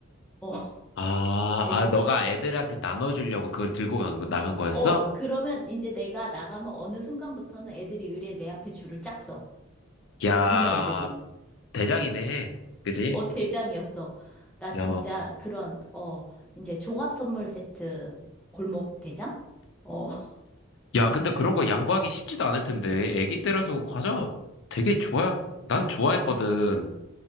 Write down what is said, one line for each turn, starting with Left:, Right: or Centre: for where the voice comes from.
Centre: 어, <laughs>
Left: 아,
Centre: 애들이.
Left: 아, 너가 애들한테 나눠주려고 그걸 들고 간, 거- 나간 거였어?
Centre: 어, 그러면 이제 내가 나가면 어느 순간부터는 애들이 의례 내 앞에 줄을 짝 서.
Left: 야,
Centre: 동네 애들이.
Left: 대장이네. 그지?
Centre: 어, 대장이었어. 나 진짜
Left: 야,
Centre: 그런, 어, 이제 종합 선물 세트 골목 대장? 어, <laughs>
Left: 야, 근데 그런 거 양보하기 쉽지도 않을 텐데. 애기 때라서 과자 되게 좋아, 난 좋아했거든.